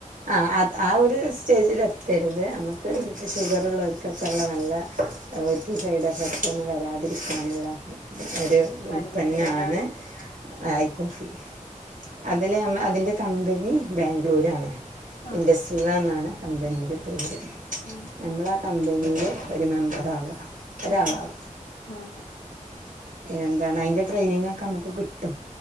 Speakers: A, on the right; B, on the left.
A: അ അത് ആ ഒര് സ്റ്റേജില് എത്തരുത് മ്മക്ക്
B: ഉം
A: ഷുഗറ് ള്ളോര്കും ക്ക സള്ള ന്നല്ലെ ഓൽക്കീ സൈഡ് എഫക്ട് ഒന്നും വരാത് <unintelligible> ഇത്കാണില്ല ഒര് ഉൽപ്പന്നാണ്
B: മരുന്നിന്റെ പേരാണ്
A: ഐ കോഫി അതിലെ <unintelligible> അതിന്റെ കമ്പനി ബ്ലാഗ്ലൂരാണ്
B: ആഹ്
A: ഇൻ്റസ് വ ന്നാണ് കമ്പനിൻ്റെ പേര്
B: ഉം
A: ന്നമ്മളാ ക് കമ്പനീലെ ഒര് മെമ്പറാവ ഒരാളാവ
B: ആഹ് ആഹ്
A: എന്താണ് അയ്ന്റെ ട്രെയിനിങ് ഒക്കെ അമുക്ക് കിട്ടും